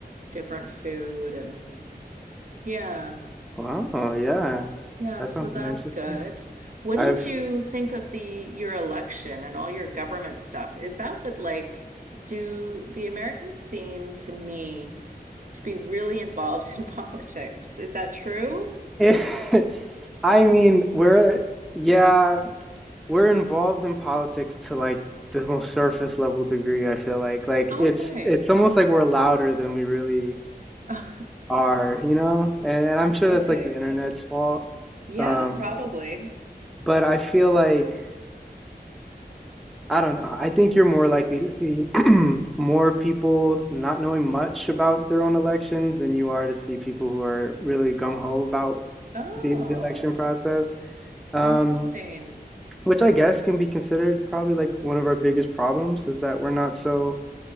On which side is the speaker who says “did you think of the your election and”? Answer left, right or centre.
Right